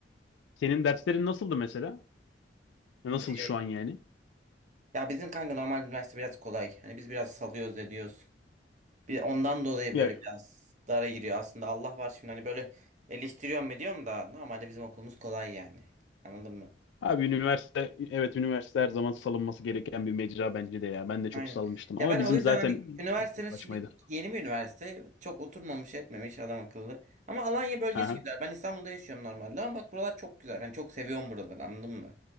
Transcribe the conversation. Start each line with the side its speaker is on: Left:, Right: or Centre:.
Left: Senin derslerin nasıldı mesela? Nasıl
Right: Ee,
Left: şu an yani?
Right: Ya bizim kanka normal üniversite biraz kolay. Hani biz biraz salıyoruz ediyoruz. Bir ondan dolayı
Left: Ya
Right: böyle biraz dara giriyor. Aslında Allah var şimdi hani böyle eleştiriyorum ediyorum da normalde bizim okulumuz kolay yani. Anladın mı?
Left: abi üniversite evet üniversite her zaman salınması gereken bir mecra bence de ya. Ben de çok
Right: Aynen.
Left: salmıştım
Right: Ya
Left: ama
Right: ben
Left: bizim
Right: o yüzden
Left: zaten
Right: hani üniversitemiz
Left: okul saçmaydı.
Right: şimdi yeni bir üniversite. Çok oturmamış etmemiş adam akıllı. Ama Alanya bölgesi
Left: Aha,
Right: güzel. Ben İstanbul'da yaşıyorum normalde ama bak buralar çok güzel. Yani çok seviyorum buraları anladın mı?